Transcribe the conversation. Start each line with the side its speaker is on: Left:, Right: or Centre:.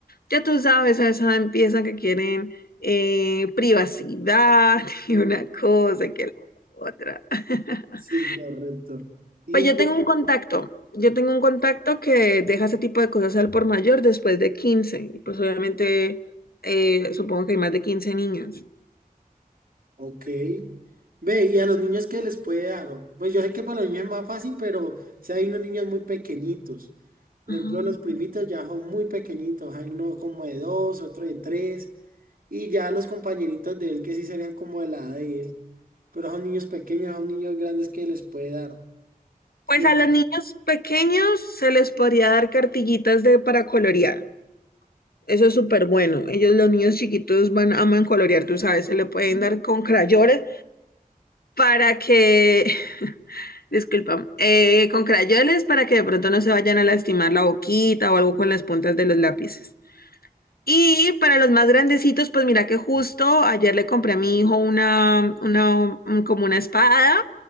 Left: Ya tú sabes, a esa empiezan que quieren eh, privacidad <laughs> y una cosa que la otra. <laughs>
Right: Sí, correcto. Y,
Left: Pues yo tengo un contacto, yo tengo un contacto que deja ese tipo de cosas al por mayor después de quince Y pues obviamente eh, supongo que hay más de 15 niños.
Right: ok. Ve, ¿y a los niños qué les puede dar? Pues yo sé que para los niños es más fácil, pero si hay unos niños muy pequeñitos. Por
Left: Ajá.
Right: ejemplo, los primitos ya son muy pequeñitos. Hay uno como de dos, otro de tres. Y ya los compañeritos de él que sí serían como de la edad de él. Pero son niños pequeños, son niños grandes que les puede dar.
Left: Pues
Right: Pues,
Left: a los niños pequeños se les podría dar cartillitas de, para colorear. Eso es súper bueno. Ellos, los niños chiquitos, van, aman colorear, tú sabes, se le pueden dar con crayones para que, <laughs> disculpa, eh, con crayoles para que de pronto no se vayan a lastimar la boquita o algo con las puntas de los lápices. Y para los más grandecitos, pues mira que justo ayer le compré a mi hijo una, una un- como una espada.